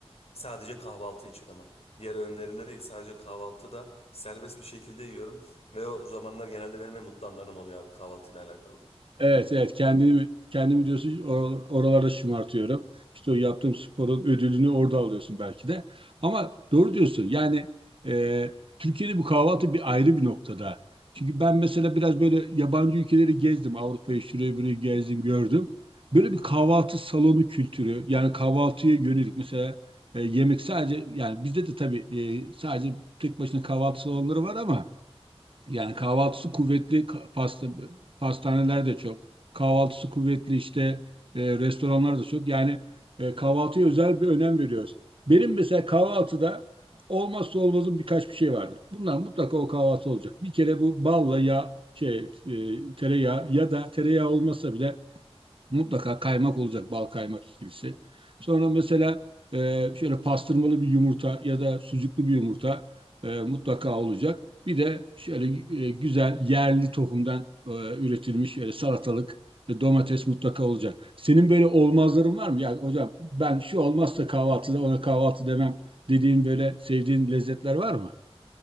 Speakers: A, on the left; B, on the right.
A: Sadece kahvaltı için ama. Diğer öğünlerinde değil sadece kahvaltıda serbest bir şekilde yiyorum. Ve o zamanlar genelde benim en mutlu anlarım oluyor abi kahvaltıyla alakalı.
B: Evet, evet. Kendimi kendimi diyorsun or- oralarda şımartıyorum. İşte o yaptığım sporun ödülünü orada alıyorsun belki de. Ama doğru diyorsun. Yani e, Türkiye'de bu kahvaltı bir ayrı bir noktada. Çünkü ben mesela biraz böyle yabancı ülkeleri gezdim. Avrupa'yı şurayı burayı gezdim, gördüm. Böyle bir kahvaltı salonu kültürü. Yani kahvaltıya yönelik mesela e, yemek sadece yani bizde de tabii e, sadece tek başına kahvaltı salonları var ama yani kahvaltısı kuvvetli ka- pasta, pastaneler de çok. Kahvaltısı kuvvetli işte e, restoranlar da çok. Yani e, kahvaltıya özel bir önem veriyoruz. Benim mesela kahvaltıda olmazsa olmazım birkaç bir şey vardır. Bunlar mutlaka o kahvaltı olacak. Bir kere bu balla ya şey e, tereyağı ya da tereyağı olmasa bile Mutlaka kaymak olacak, bal kaymak ikilisi. Sonra mesela e, şöyle pastırmalı bir yumurta ya da sucuklu bir yumurta e, mutlaka olacak. Bir de şöyle e, güzel yerli tohumdan e, üretilmiş şöyle salatalık ve domates mutlaka olacak. Senin böyle olmazların var mı? Yani hocam ben şu olmazsa kahvaltıda ona kahvaltı demem dediğin böyle sevdiğin lezzetler var mı?